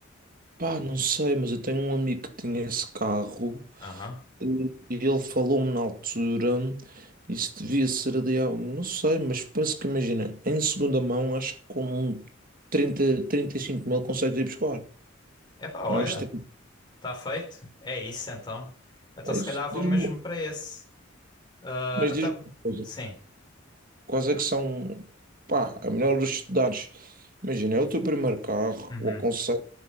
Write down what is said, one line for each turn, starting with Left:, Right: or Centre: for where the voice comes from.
Right: pá, não sei, mas eu tenho um amigo que tinha esse carro.
Left: Aham.
Right: E ele falou-me na altura, isso devia ser adiado, não sei, mas penso que imagina, em segunda mão, acho que com um trinta trinta e cinco mil consegues ir buscar.
Left: Epá, olha,
Right: Não é extremo.
Left: está feito. É isso então. Então
Right: É
Left: se
Right: isso?
Left: calhar vou
Right: Diz-me,
Left: mesmo para esse. Ah,
Right: mas
Left: até,
Right: diz-me uma coisa.
Left: sim.
Right: Quais é que são, pá, a melhor dos estudares? Imagina, é o teu primeiro carro,
Left: Uhum.
Right: o aconselho,